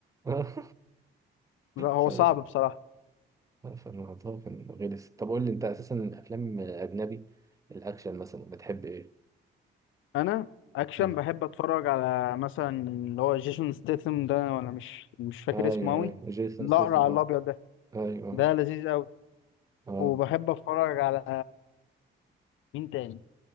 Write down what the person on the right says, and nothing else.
<laughs> آه،
فلا
لا، فالموضوع كان غلس طب قول لي انت اساسا الافلام اجنبي الاكشن مثلا بتحب ايه؟
مم.
ايوه
ايوه جيسون
ستيثم
اه
ايوه
اه